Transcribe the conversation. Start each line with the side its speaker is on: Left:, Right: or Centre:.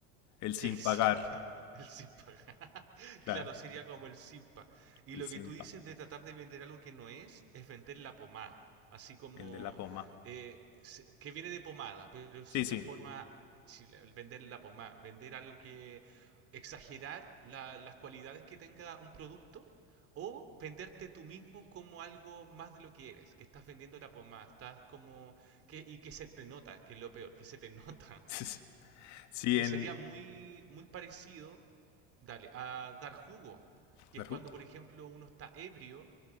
Left: el sin
Right: El simpa.
Left: pagar.
Right: El simpa. <laughs>
Left: Claro,
Right: claro, sería como el simpa. Y
Left: el
Right: lo
Left: Simpa,
Right: que tú dices de tratar de vender algo que no es, es vender la pomada. Así como.
Left: vende la Poma.
Right: eh, se- que viene de pomada, pero es
Left: Sí,
Right: la
Left: sí.
Right: forma. chile- el vender la pomada. Vender algo que. Exagerar la- las cualidades que tenga un producto. O venderte tú mismo como algo más de lo que eres. Que estás vendiendo la pomada. Estás como. Que, y que se te nota, que es lo peor, que se te <laughs> nota.
Left: <laughs> Sí,
Right: que
Left: en...
Right: sería muy, muy parecido, dale, a dar jugo, que
Left: ¿Naru?
Right: es cuando, por ejemplo, uno está ebrio